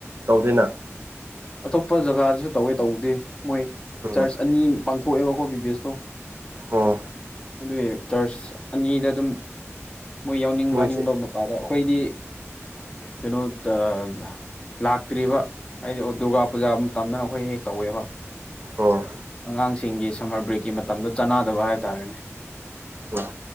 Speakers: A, on the right (about 45°); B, on the left (about 20°).
A: ꯇꯧꯗꯣꯏꯅ
B: ꯑꯇꯣꯞꯄ ꯖꯒꯥꯗꯁꯨ ꯇꯧꯋꯦ ꯇꯧꯕꯗꯦ ꯃꯣꯏ
A: ꯎꯝ
B: ꯆꯔꯆ ꯑꯅꯤ ꯄꯥꯡꯊꯣꯛꯑꯦꯕꯀꯣ ꯕꯤ ꯕꯤꯕꯦꯁꯇꯣ꯫
A: ꯑꯣ꯫
B: ꯑꯗꯨꯏ ꯆꯔꯆ ꯑꯅꯤꯗ ꯑꯗꯨꯝ ꯃꯣꯏ ꯌꯥꯎꯅꯤꯡ
A: ꯃꯣꯏꯁꯦ
B: ꯌꯥꯎꯅꯤꯡꯕ ꯃꯄꯥꯗ ꯑꯩꯈꯣꯏꯗꯤ꯫ ꯀꯩꯅꯣ ꯑ ꯂꯥꯛꯇ꯭ꯔꯤꯕ ꯍꯥꯏꯗꯤ ꯗꯨꯔꯒꯥ ꯄꯨꯖꯥ ꯃꯇꯝꯗꯅ ꯑꯩꯈꯣꯏ ꯍꯦꯛ ꯇꯧꯋꯦꯕ
A: ꯑꯣ
B: ꯑꯉꯥꯡꯁꯤꯡꯒꯤ ꯁꯝꯃꯔ ꯕ꯭ꯔꯦꯛꯀꯤ ꯃꯇꯝꯗ ꯆꯥꯅꯗꯕ ꯍꯥꯏꯕ ꯇꯥꯔꯦꯅꯦ
A: ꯑꯣ